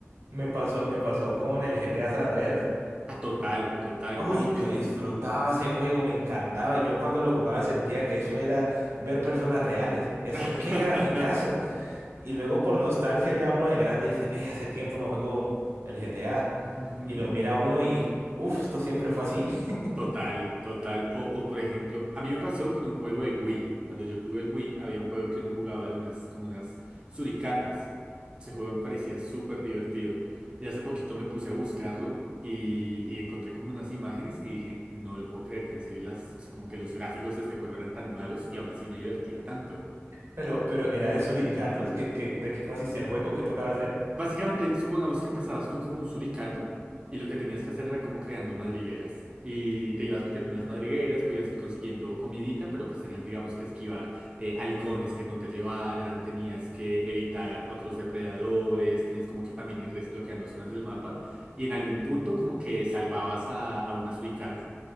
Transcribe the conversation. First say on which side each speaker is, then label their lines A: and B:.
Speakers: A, on the right; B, on the right.
A: Me pasó, me pasó con el GTA San Andreas.
B: Ah, total, total.
A: Uy,
B: A mí...
A: yo disfrutaba ese juego, me encantaba y yo cuando lo jugaba sentía que eso era ver personas reales. Eso,
B: <laughs>
A: qué graficazo. Y luego por nostalgia ya uno de grande dice, ve, hace tiempo no juego el GTA.
B: Ujú.
A: Y lo mira uno y, uff, esto siempre fue así. <laughs>
B: Total, total. O, o por ejemplo, a mí me pasó con un juego de Wii. Cuando yo tuve el Wii, había un juego que uno jugaba de unas, como unas suricatas. Ese juego me parecía súper divertido. Y hace poquito me puse a buscarlo y, y encontré como unas imágenes y dije, no lo puedo creer que en serio las, o sea, como que los gráficos de este juego eran tan malos y aún así me divertía tanto.
A: Pero, pero era de suricatos. ¿Qué, qué- de qué consistía el juego? ¿Qué tocaba hacer?
B: Básicamente, supongamos que empezabas tú como un suricato y lo que tenías que hacer era como creando madrigueras. Y te ibas metiendo en las madrigueras, podías ir consiguiendo comidita, pero pues tenías, digamos, que esquivar eh, halcones que no te llevaran, tenías que evitar otros depredadores, tenías como que también ir desbloqueando zonas del mapa y en algún punto como que salvabas a, a una suricata.